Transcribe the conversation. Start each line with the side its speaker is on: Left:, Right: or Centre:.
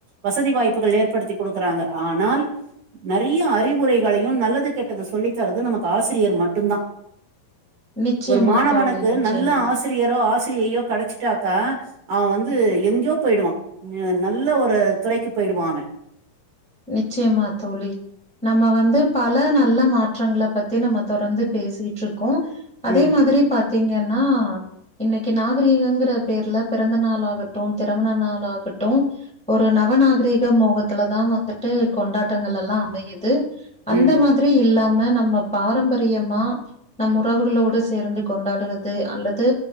Right: வசதி வாய்ப்புகள் ஏற்படுத்தி குடுக்கறாங்க ஆனால் நெறைய அறிவுரைகளையு நல்லது கெட்டத சொல்லி தரது நமக்கு ஆசிரியர் மட்டுந்தா
Centre: நிச்சயமா
Right: ஒரு மாணவனுக்கு
Centre: தோழி நிச்சயமா
Right: நல்ல ஆசி ரியரோ ஆசிரியையோ கெடைச்சிட்டாக்கா அவ வந்து எங்கேயோ போய்டுவா நல்ல ஒரு துறைக்கு போயிடுவா
Centre: நிச்சயமா தோழி நம்ம வந்து பல நல்ல மாற்றங்கள பத்தி நம்ம தொடர்ந்து பேசிட்டு இருக்கோ அதே
Right: ம்
Centre: மாதிரி பாத்தீங்கன்னா இன்னைக்கு நாகரீகங்கிற பேர்ல பிறந்த நாள் ஆகட்டு திருமண நாள் ஆகட்டு ஒரு நவநாகரீக மோகத்துல தா வந்துட்டு கொண்டாட்டங்கள் எல்லா அமையுது அந்த
Right: ம்
Centre: மாதி திரி இல்லாம நம்ம பாரம்பரியமா நம் உறவுகளோடு சேர்ந்து கொண்டாடுவது அல்லது